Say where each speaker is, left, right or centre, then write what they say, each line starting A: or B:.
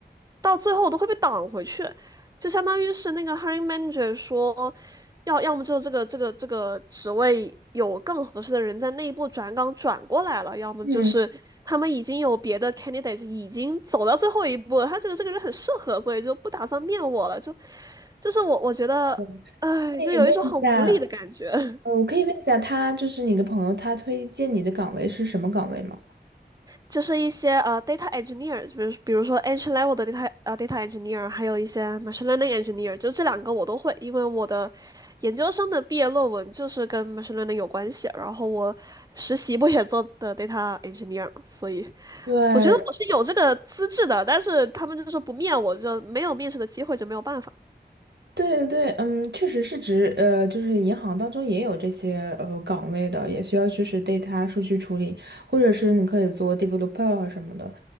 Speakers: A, on the right (about 20°); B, on the right (about 80°).
A: 到最后我都会被挡回去，就相当于是那个 hiring manager 说，要要么就是这个这个这个职位有更合适的人在内部转岗转过来了，要么就是他们已经有别的
B: 嗯，
A: candidate 已经走到最后一步了，他觉得这个人很适合，所以就不打算面我了，就就是我我觉得，
B: 对
A: 哎，
B: 可以问一下，
A: 就有一种很无力的感觉。<laughs>
B: 呃，我可以问一下他，就是你的朋友，他推荐你的岗位是什么岗位吗？
A: 就是一些呃 data engineer，比如比如说 entry level 的 data 呃 data engineer，还有一些 machine learning engineer，就这两个我都会，因为我的研究生的毕业论文就是跟 machine learning 有关系，然后我实习不也做的 data engineer，嘛所以
B: 对，
A: 我觉得我是有这个资质的，但是他们就说不面我，就没有面试的机会，就没有办法
B: 对对对，嗯，确实是指呃，就是银行当中也有这些呃岗位的，也需要就是 data 数据处理，或者是你可以做 developer 啊什么的，